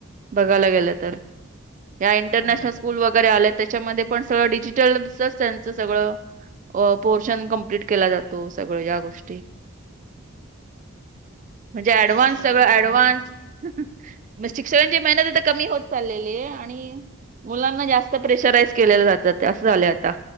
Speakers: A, on the right (about 35°); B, on the left (about 90°).
A: बघायला गेलं तर. ह्या इंटरनॅशनल
B: हम्म
A: स्कूल वगैरे आल्यात त्याच्यामध्ये पण सगळं डिजिटलचच त्यांचं सगळं अ पोर्शन कंप्लीट केला जातो सगळं या गोष्टी.
B: <inaudible>
A: म्हणजे ऍडव्हान्स
B: शिक्षकांची
A: सगळं
B: मेहनत
A: ऍडव्हान्स म शिक्षकची मेहनत आता कमी होत चाललेली आहे आणि मुलांना जास्त प्रेशराईज केलेलं जात असं झालं आता.